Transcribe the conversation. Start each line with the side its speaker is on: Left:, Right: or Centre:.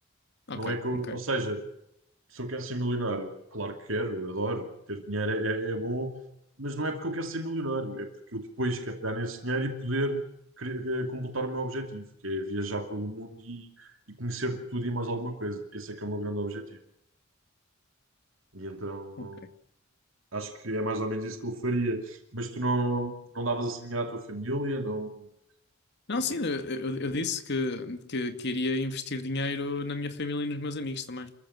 Left: ok,
Right: Não é que eu-
Left: ok,
Right: ou seja, se eu quero ser milionário, claro que quero, adoro, ter dinheiro é, é bom, mas não é porque eu quero ser milionário, é porque eu depois quero pegar nesse dinheiro e poder cre- eh, completar o meu objetivo, que é viajar pelo mundo e, e conhecer tudo e mais alguma coisa. Esse é que é o meu grande objetivo. E então
Left: ok.
Right: acho que é mais ou menos isso que eu faria. Mas tu não, não davas assim dinheiro à tua família? Não,
Left: Não,
Right: não-
Left: sim, eu, eu- eu disse que, que queria investir dinheiro na minha família e nos meus amigos também.